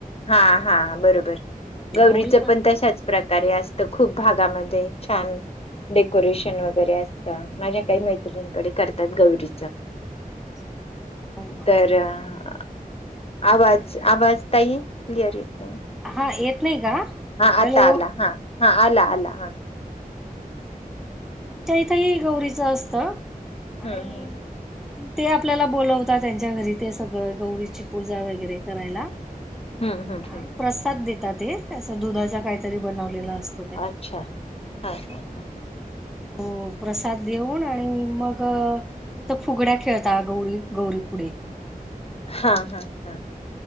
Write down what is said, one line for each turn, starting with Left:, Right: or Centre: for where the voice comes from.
Left: हा हा बरोबर
Centre: हम्म,
Left: गौरीचं
Centre: गौरी
Left: पण तशाच प्रकारे असत खूप भागामध्ये छान डेकोरेशन वगैरे असत माझ्या काही मैत्रिणीकडे करतात गौरी
Centre: अच्छा हो आमच्या
Left: तर
Centre: इथं
Left: अ,
Centre: पण करतात.
Left: आवाज आवाज ताई क्लिअर येत नाही.
Centre: हा येत नाही का?
Left: हा आता
Centre: हॅलो
Left: आला हा हा आला आला हा
Centre: हम्म. आमच्या इथंही गौरीच असत आणि
Left: हं, हं.
Centre: ते आपल्याला बोलवतात त्यांच्या घरी ते सगळं गौरीची पूजा वगैरे करायला
Left: हं, हं, हं.
Centre: आणि प्रसाद देतात ते असं दुधाचा काहीतरी बनवलेला असत.
Left: अच्छा हा हा हा
Centre: तो प्रसाद देऊन आणि मग तिथं फुगड्या खेळत गौरी गौरी पुुढे
Left: हा हा हा